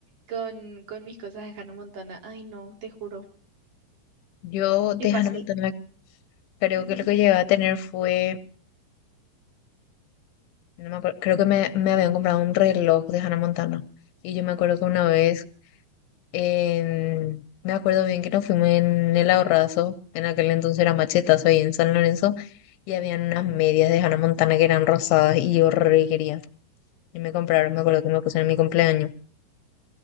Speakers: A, on the right; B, on the left.
A: con, con mis cosas de Hannah Montana. Ay, no, te juro.
B: Yo de
A: Qué fácil.
B: Hannah Montana creo
A: Ujú.
B: que lo que llegué a tener fue. no me acuerdo, creo que me, me habían comprado un reloj de Hannah Montana. Y yo me acuerdo que una vez, en- me acuerdo bien que nos fuimos en el Ahorrazo, en aquel entonces era Machetazo ahí en San Lorenzo, y habían unas medias de Hannah Montana que eran rosadas y yo re quería. Y me compraron, me acuerdo que me pusieron en mi cumpleaños.